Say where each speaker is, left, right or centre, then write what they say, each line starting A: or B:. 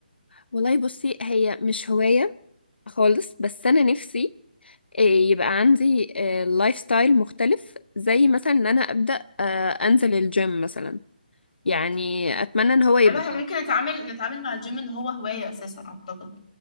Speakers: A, on the left; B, on the left.
A: والله بصي هي مش هوايه خالص بس انا نفسي آه، يبقى عندي لايف ستايل مختلف زي مثلا ان انا ابدا آه، انزل الجيم مثلا يعني اتمنى ان هو يبقى
B: انا إحنا ممكن نتعامل نتعامل مع الجيم ان هو هواية اساسا اعتقد